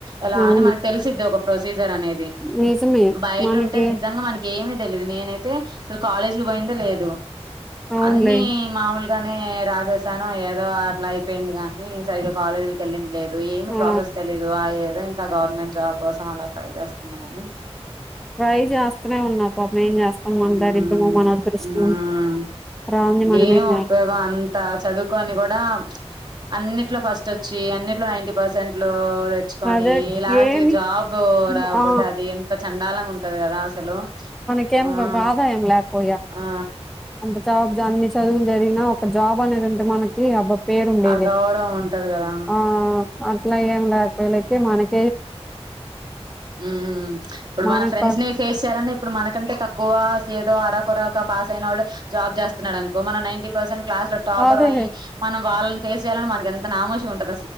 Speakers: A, on the right; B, in the centre.
A: అలా
B: అవును
A: అని మనకు తెలిసిద్ది ఒక సీజర్ అనేది
B: నిజమే
A: బయట
B: మనకి
A: ఉంటే నిజంగా మనకి ఏమి తెలిదు నే నైతే అసలు కాలేజీకి పోయిందే లేదు
B: అవునులే
A: అన్ని మామూలుగానే రాసేసాను ఏదో అట్లా అయిపోయింది గాని సరిగా కాలేజీకి యెళ్ళింది లేదు ఏమి
B: ఆ
A: ప్రాసెస్ తెలీదు ఆ యే అదే ఇంకా గవర్నమెంట్ జాబ్ కోసం అలా ట్రై జేస్తున్నా గాని
B: ట్రై జేస్తనే ఉన్నా పాపం ఏం జేస్తాం మన
A: మ్మ్
B: దరిద్రమో మన అదృష్టమో
A: మ్మ్
B: రాంది మనం
A: ఏం
B: చేస్తాం
A: ఉపయోగం అంత చదువుకొని గూడా ఆ అన్నిట్లో ఫస్ట్ వచ్చి అన్నిట్లో నైంటీ పర్సెంట్ లో తెచ్చుకొని
B: అదే
A: లాస్ట్
B: ఏమి
A: జాబ్ రాకపోతే
B: ఆ
A: అది ఎంత చండాలంగా ఉంటది గదా అసలు
B: ఇంకెం
A: ఆ
B: ఆదాయం లేకపోయా
A: ఆ
B: అంత జాబ్ అన్ని చదువు జదివినా ఒక జాబ్ అనేదుంటే మనకి అబ్బ పేరుండేది
A: ఆ గౌరవం ఉంటది కదా
B: ఆ అట్లా ఏం ఉండదు వాళ్ళకి మనకి
A: ఉమ్ ఇప్పుడు
B: మనకు
A: మన ఫ్రెండ్స్ ని ఫేస్ చేయాలంటే ఇప్పుడు మనకంటే తక్కువ ఏదో అరకొరక పాస్ అయినోడే జాబ్ జేస్తున్నాడను కో మనం నైంటీ పర్సెంట్ క్లాస్ లో టాపర్
B: అదే
A: మైయి మనం వాళ్ళని ఫేస్ జేయాలని మనకి ఎంత నామూష్ ఉంటదో